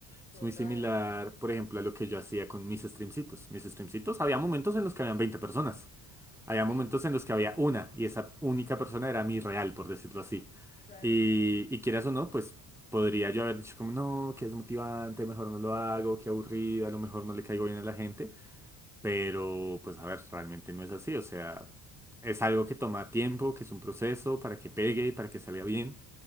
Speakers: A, on the left; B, in the centre.
A: Total,
B: Es muy similar, por ejemplo, a lo que yo hacía con mis streamcitos. Mis streamcitos, había momentos en los que habían 20 personas. Había
A: sí,
B: momentos en los que había una y esa única persona era mi real, por decirlo así.
A: claro.
B: Y, y quieras o no, pues podría yo haber dicho como, no, que es motivante, mejor no lo hago, qué aburrido, a lo mejor no le caigo bien a la gente. Pero, pues a ver, realmente no es así. O sea, es algo que toma tiempo, que es un proceso para que pegue, para que salga bien.